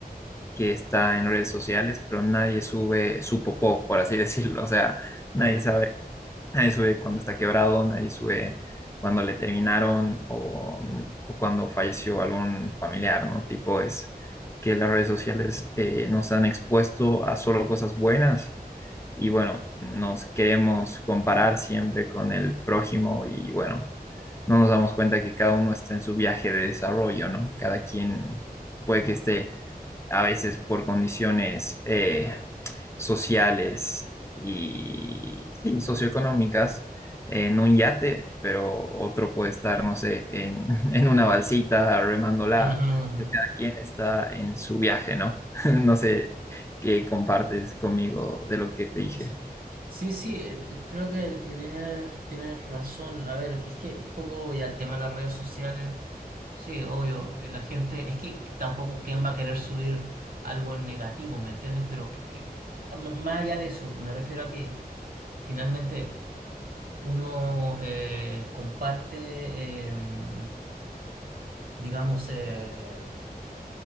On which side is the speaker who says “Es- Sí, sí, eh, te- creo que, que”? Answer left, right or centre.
Right